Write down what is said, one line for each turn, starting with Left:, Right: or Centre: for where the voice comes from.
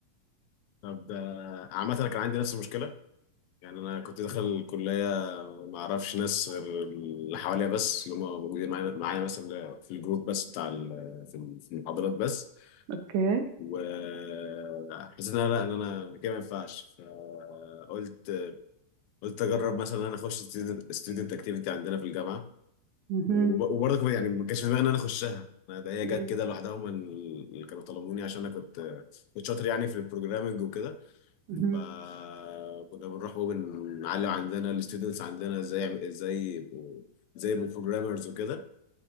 Left: طب ده عامه انا كان عندي نفس المشكله يعني انا كنت داخل الكليه ما اعرفش ناس غير اللي حواليا بس اللي هم موجودين معايا معايا مثلا في الجروب بس بتاع ال... في ال- في المحاضرات بس
Right: اوكي
Left: وحسيت ان انا لا ان انا كده ما ينفعش فقلت قلت اجرب مثلا ان انا اخش ستودنت اكتيفيتي عندنا في الجامعه
Right: مهم.
Left: وب- وبرضه كمان يعني ما كانش في دماغي ان انا اخشها أنا ده هي
Right: مم.
Left: جت كده لوحدها هم اللي كانوا طلبوني عشان انا كنت كنت شاطر يعني في البروجرامنج وكده
Right: مهم.
Left: فكنا بنروح وبنعلم عندنا الستودنتس عندنا ازاي يعمل- ازاي يبقوا ازاي يبقوا بروجرامرز وكده